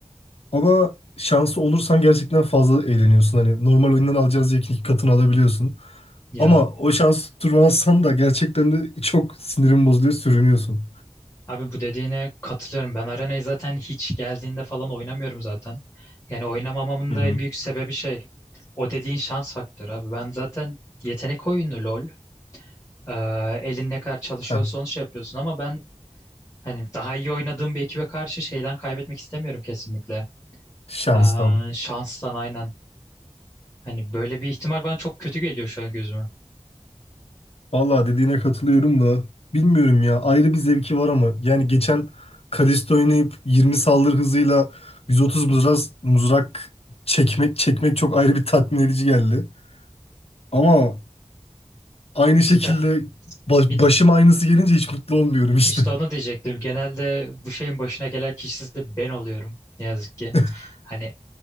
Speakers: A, on the left (about 60°); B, on the left (about 25°).
A: Ama şansı olursan gerçekten fazla eğleniyorsun. Hani normal oyundan alacağız diye iki katını alabiliyorsun.
B: Ya
A: Ama o şans tutturmazsan da gerçekten de çok sinirin bozuluyor, sürünüyorsun.
B: Abi bu dediğine katılıyorum. Ben Arena'yı zaten hiç geldiğinde falan oynamıyorum zaten. Yani oynamamamın
A: Hı
B: da
A: hı.
B: en büyük sebebi şey. O dediğin şans faktörü abi. Ben zaten yetenek oyunu LoL. Ee, elin ne kadar çalışıyorsa
A: Heh,
B: onu şey yapıyorsun ama ben hani daha iyi oynadığım bir ekibe karşı şeyden kaybetmek istemiyorum kesinlikle.
A: şanstan.
B: Ee, şanstan aynen. Hani böyle bir ihtimal bana çok kötü geliyor şu an gözüme.
A: Vallahi dediğine katılıyorum da bilmiyorum ya ayrı bir zevki var ama yani geçen Kalisto oynayıp 20 saldırı hızıyla 130 mızrak, mızrak çekmek çekmek çok ayrı bir tatmin edici geldi. Ama aynı
B: İşte
A: şekilde baş-
B: bir,
A: başım aynısı gelince hiç mutlu olmuyorum işte.
B: işte onu diyecektim. Genelde bu şeyin başına gelen kişisi de ben oluyorum. Ne yazık ki.
A: <laughs>
B: Hani